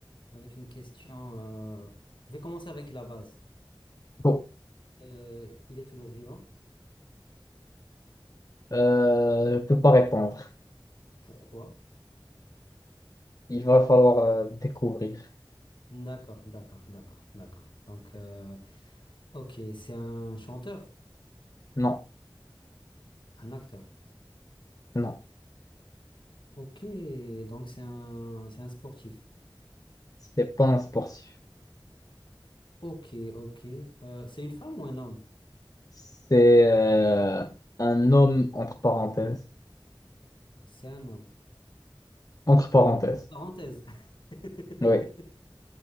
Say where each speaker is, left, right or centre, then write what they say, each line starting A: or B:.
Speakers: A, on the left; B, on the left.
A: avec une question. euh, je vais commencer avec la base.
B: Bon,
A: Euh, il est toujours vivant?
B: euh, je peux pas répondre.
A: Pourquoi?
B: Il va falloir euh, découvrir.
A: D'accord, d'accord, d'accord, d'accord. Donc, euh, ok, c'est un chanteur,
B: Non,
A: un acteur.
B: non,
A: Ok, donc c'est un, c'est un sportif.
B: c'est pas un sportif.
A: Ok, ok. Euh, c'est une femme ou un homme?
B: C'est euh, un homme entre parenthèses.
A: C'est un homme.
B: Entre parenthèses.
A: Parenthèse. <laughs>
B: Oui. <laughs>